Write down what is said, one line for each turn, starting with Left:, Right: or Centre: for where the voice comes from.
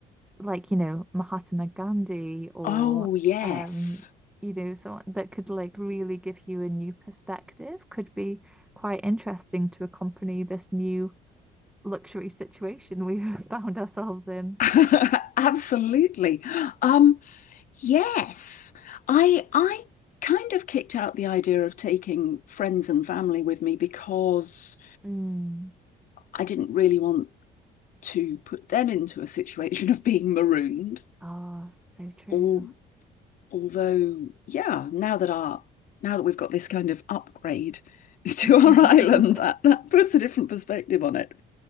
Centre: like, you know, Mahatma Gandhi or
Left: oh yes,
Centre: um You know, someone that could like really give you a new perspective could be quite interesting to accompany this new luxury situation we've <laughs> found ourselves in.
Left: <laughs> absolutely. Um, Yes. I I kind of kicked out the idea of taking friends and family with me because
Centre: Mm.
Left: I didn't really want to put them into a situation of being marooned.
Centre: Oh, so true.
Left: Al although, yeah, now that our now that we've got this kind of upgrade <laughs> to
Centre: Mm.
Left: our
Centre: <laughs>
Left: island, that that puts a different perspective on it.